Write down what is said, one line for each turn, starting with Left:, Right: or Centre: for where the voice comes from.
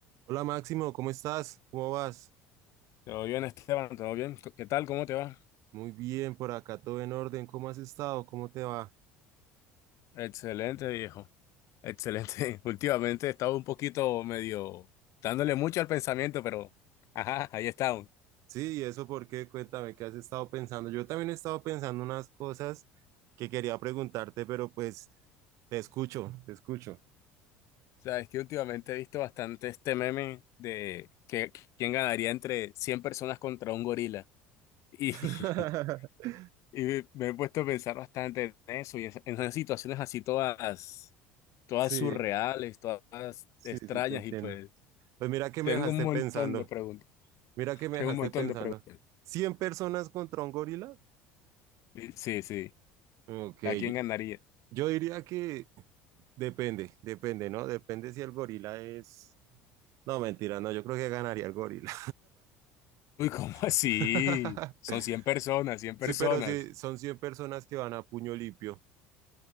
Right: Hola Máximo, ¿cómo estás? ¿Cómo vas?
Left: Todo bien, Esteban, todo bien. ¿Qué tal? ¿Cómo te va?
Right: Muy bien, por acá todo en orden. ¿Cómo has estado? ¿Cómo te va?
Left: Excelente, viejo. Excelente. <laughs> Últimamente he estado un poquito medio dándole mucho al pensamiento, pero ajá, ahí está. aún.
Right: Sí, ¿y eso por qué? Cuéntame, ¿qué has estado pensando? Yo también he estado pensando unas cosas que quería preguntarte, pero pues te escucho, te escucho.
Left: O sea, es que últimamente he visto bastante este meme de que quién ganaría entre 100 personas contra un gorila. Y,
Right: <laughs>
Left: <laughs> y me me he puesto a pensar bastante en eso y en en esas situaciones así todas, todas
Right: Sí,
Left: surreales, todas
Right: sí,
Left: extrañas
Right: sí, te entiendo.
Left: y pues
Right: Pues mira que
Left: tengo
Right: me dejaste
Left: un montón
Right: pensando,
Left: de preguntas.
Right: mira que me dejaste
Left: Tengo un montón
Right: pensando.
Left: de preguntas.
Right: ¿100 personas contra un gorila?
Left: Sí, sí.
Right: Ok,
Left: ¿A quién
Right: yo
Left: ganaría?
Right: yo diría que depende, depende, ¿no? Depende si el gorila es... No, mentira, no, yo creo que ganaría el gorila.
Left: Uy, <laughs> ¿cómo así?
Right: <laughs>
Left: Son 100 personas, 100
Right: Sí,
Left: personas.
Right: pero si son 100 personas que van a puño limpio,